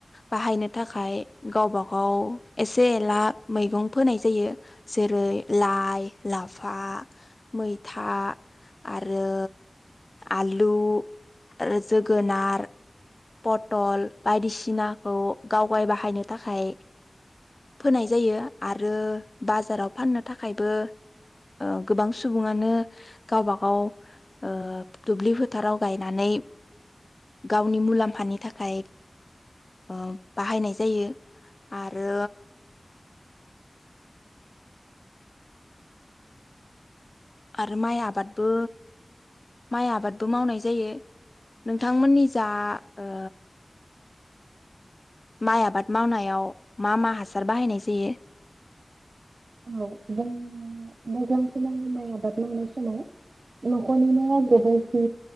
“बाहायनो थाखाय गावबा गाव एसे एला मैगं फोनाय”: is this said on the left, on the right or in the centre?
Left